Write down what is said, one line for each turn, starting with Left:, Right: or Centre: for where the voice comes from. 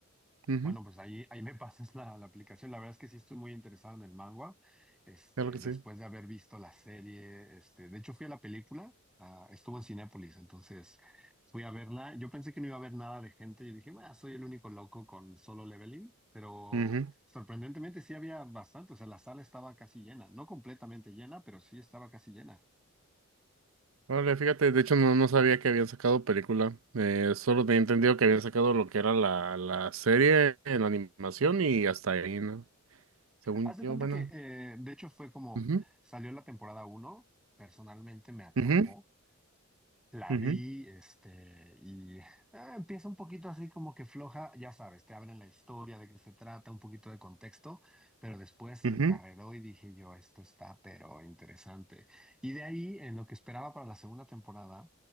Right: Ujú,
Centre: Bueno, pues ahí, ahí me <laughs> pasas la, la aplicación. La verdad es que sí estoy muy interesado en el manga, este,
Right: Claro que
Centre: después
Right: sí.
Centre: de haber visto la serie, este, de hecho fui a la película, ah, estuvo en Cinépolis, entonces fui a verla. Yo pensé que no iba a haber nada de gente, yo dije, bueno, soy el único loco con Solo Leveling, pero
Right: Ujú.
Centre: sorprendentemente sí había bastante, o sea, la sala estaba casi llena, no completamente llena, pero sí estaba casi llena.
Right: Órale, fíjate, de hecho no, no sabía que habían sacado película. Eh, solo tenía entendido que habían sacado lo que era la, la serie en animación y hasta ahí, ¿no? Según
Centre: Haz de
Right: yo,
Centre: cuenta
Right: bueno.
Centre: que, eh, de hecho fue como,
Right: Ujú,
Centre: salió la temporada uno, personalmente me atrapó.
Right: ujú,
Centre: La
Right: ujú,
Centre: vi, este, y ah, empieza un poquito así como que floja, ya sabes, te abren la historia de qué se trata, un poquito de contexto, pero después se
Right: ujú,
Centre: encarreró y dije yo, esto está pero interesante. Y de ahí, en lo que esperaba para la segunda temporada,